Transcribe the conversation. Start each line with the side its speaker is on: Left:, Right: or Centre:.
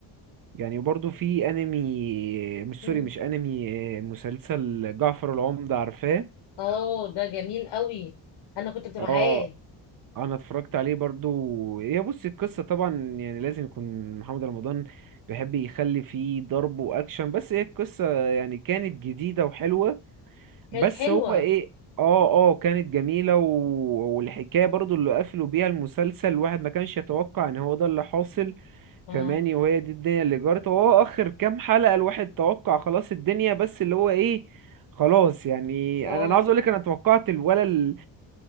Right: يعني وبرضه في انمي مش
Left: مم.
Right: سوري مش انمي آه، مسلسل جعفر العمدة عارفاه
Left: اه ده جميل قوي انا كنت معاه
Right: اه انا اتفرجت عليه برضو هي بص القصه طبعا يعني لازم يكون محمد رمضان بيحب يخلي فيه ضرب واكشن بس هي القصه يعني كانت جديده وحلوه بس
Left: كانت حلوة
Right: هو ايه اه اه كانت جميله و... والحكايه برضو اللي قفلوا بيها المسلسل الواحد ما كانش يتوقع ان هو ده اللي حاصل
Left: اه
Right: فماني وهي دي الدنيا اللي جرت هو اخر كام حلقه الواحد توقع خلاص الدنيا بس اللي هو ايه خلاص يعني
Left: اه
Right: انا انا عاوز اقول لك انا توقعت الولد